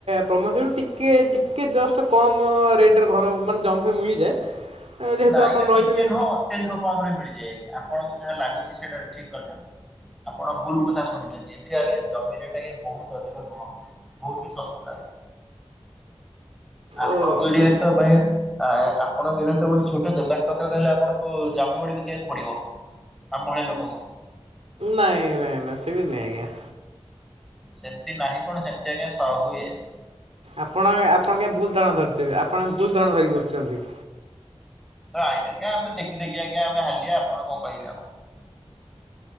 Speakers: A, on the right (about 85°); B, in the centre.
A: ବ୍ରହ୍ମେଶ୍ୱର ଟିକେ ଟିକେ ଜଷ୍ଟ କମ୍ ରେଟ୍ ରେ ଘର ମାନେ ଜମି ଫମି ମିଳିଯାଏ। ଯେହେତୁ
B: ନାଇଁ
A: ଆପଣ
B: ଆଜ୍ଞା
A: ରହିଛନ୍ତି।
B: ଟିକେ ନୁହଁ ଅତ୍ୟଧିକ କମ ରେ ମିଳିଯିବଏ ଆଜ୍ଞା ଆପଣଙ୍କୁ ଯାହା ଲାଗୁଛି ସେଟା ଠିକ୍ କଥା ନୁହଁ। ଆପଣ ଭୁଲ୍ କଥା ଶୁଣିଛନ୍ତି ଏଠି ଆଜ୍ଞା ଜମି ରେଟ୍ ଟା ବହୁତ ଅଧିକ ନୁହଁ ବହୁତ ହି ଶସ୍ତା ଆପଣଙ୍କ
A: ଓହୋ
B: ଏରିଆରେ ତ ଭାଇ ଆପଣଙ୍କ ଏରିଆ ତ ଗୋଟେ ଛୋଟ ଦୋକାନ ଦୋକାନ ପକାଇବାକୁ କହିଲେ ଆପଣଙ୍କୁ ଜମି ବାଡ଼ି ବିକିବାକୁ ପଡ଼ିବ ଆମ ଭଳିଆ ଲୋକଙ୍କୁ
A: ନାଇଁ ନାଇଁ ନାଇଁ ସେମିତି ନାଇଁ ଆଜ୍ଞା
B: ସେମିତି ନାହିଁ କଣ ସେମିତି ଆଜ୍ଞା ସବୁ ଏ
A: ଆପଣ ଆପଣ କେ ଭୁଲ ଧାରଣା ଧରିଛନ୍ତି ଆପଣ ଭୁଲ ଧାରଣା ଧରିକି ବସିଛନ୍ତି।
B: ଆଜ୍ଞା ଆମେ ଦେଖି ଦେଖି ଆଜ୍ଞା ଆମେ ହାଲିଆ ଆପଣ କଣ କହିବେ ଆମକୁ